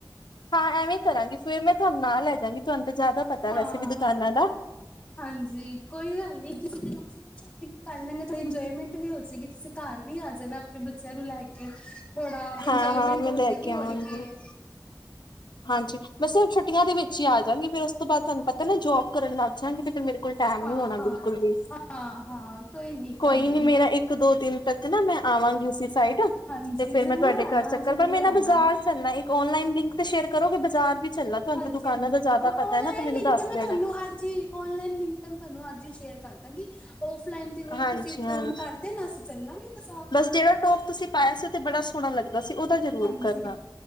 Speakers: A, on the left; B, on the left.
A: ਹਾਂ ਐਵੇਂ ਕਰਾਂਗੀ ਫੇਰ ਮੈਂ ਤੁਹਾਨੂੰ ਨਾਲ ਲੈ ਜਾਂਗੀ ਤੁਹਾਨੂੰ ਤਾਂ ਜ਼ਿਆਦਾ ਪਤਾ
B: ਹਾਂ
A: ਵੈਸੇ ਵੀ ਦੁਕਾਨਾਂ ਦਾ।
B: ਹਾਂਜੀ ਕੋਈ ਗੱਲ ਨਹੀਂ ਕਿਸੇ ਦਿਨ ਆਫ ਲਾਈਨ ਸ਼ੋਪਿੰਗ ਕਰ ਲਾਂਗੇ ਤਾਂ ਇੰਜੋਏਮੈਂਟ ਵੀ ਹੋ ਜਾਏਗੀ ਤੁਸੀਂ ਘਰ ਵੀ ਆ ਜਾਣਾ ਆਪਣੇ ਬੱਚਿਆਂ ਨੂੰ ਲੈ <unintelligible> ਥੋੜਾ ਇੰਜੋਏਮੈਂਟ
A: ਹਾਂ-ਹਾਂ ਮੈਂ
B: ਹੋਜੇਗੀ
A: ਲੈ ਕੇ
B: ਹੋਰ
A: ਆਵਾਂਗੀ
B: ਕੀ ਐ।
A: ਹਾਂਜੀ ਬਸ ਛੁੱਟੀਆਂ ਦੇ ਵਿੱਚ ਹੀ ਆ ਜਾਣਗੇ ਫਿਰ ਉਸ ਤੋਂ ਬਾਅਦ ਤੁਹਾਨੂੰ ਪਤਾ ਨਾ ਜੋਬ ਕਰਨ ਲੱਗ ਜਾਂਗੇ ਫਿਰ ਮੇਰੇ ਟਾਈਮ
B: ਹਾਂ
A: ਨਹੀਂ ਹੋਣਾ
B: ਹਾਂ
A: ਬਿਲਕੁਲ ਵੀ।
B: ਹਾਂ ਹਾਂ ਕੋਈ ਨੀ
A: ਕੋਈ
B: ਨੀ
A: ਨਹੀਂ ਮੇਰਾ ਇੱਕ ਦੋ ਦਿਨ ਤੱਕ ਨਾ ਮੈਂ ਆਵਾਂਗੀ ਉਸੀ ਸਾਈਡ
B: ਹਾਂਜੀ
A: ਤੇ ਫਿਰ
B: ਜ਼ਰੂਰ
A: ਮੈਂ ਤੁਹਾਡੇ
B: ਆਣਾ
A: ਘਰ ਚੱਕਰ
B: ਜ਼ਰੂਰ
A: ਪਰ ਮੈਂ ਨਾ
B: ਆਣਾ
A: ਬਾਜ਼ਾਰ ਚਲਣਾ ਇੱਕ ਆਨਲਾਈਨ ਲਿੰਕ ਤੇ ਸ਼ੇਅਰ ਕਰੋਗੇ ਬਾਜ਼ਾਰ ਵੀ ਚੱਲਣਾ ਤੁਹਾਨੂੰ
B: ਹਾਂਜੀ-ਹਾਂਜੀ
A: ਤਾਂ ਦੁਕਾਨਾਂ ਦਾ ਜ਼ਿਆਦਾ
B: ਹਾਂ
A: ਪਤਾ
B: ਆਨਲਾਈਨ
A: ਐ ਨਾ ਤੇ ਮੈਨੂੰ
B: ਲਿੰਕ
A: ਦੱਸ
B: ਤਾਂ ਮੈਂ
A: ਦੇਣਾ।
B: ਤੁਹਾਨੂੰ ਅੱਜ ਹੀ ਆਨਲਾਈਨ ਲਿੰਕ ਤਾਂ ਮੈਂ ਤੁਹਾਨੂੰ ਅੱਜ ਹੀ ਸ਼ੇਅਰ ਕਰ ਦਾਂਗੀ। ਆਫ ਲਾਈਨ ਤੇ ਬਈ
A: ਹਾਂਜੀ
B: ਤੁਸੀਂ
A: ਹਾਂਜੀ
B: ਫੋਨ ਕਰ ਦੇਨਾ ਅਸੀਂ ਚੱਲਾਂਗੇ ਬਾਜ਼ਾਰ।
A: ਬਸ ਜਿਹੜਾ ਟੋਪ ਤੁਸੀਂ ਪਾਇਆ ਸੀ ਉਹ ਤੇ ਬੜਾ ਸੋਹਣਾ ਲੱਗਦਾ ਸੀ ਉਹਦਾ ਜ਼ਰੂਰ
B: ਹਾਂਜੀ
A: ਕਰਨਾ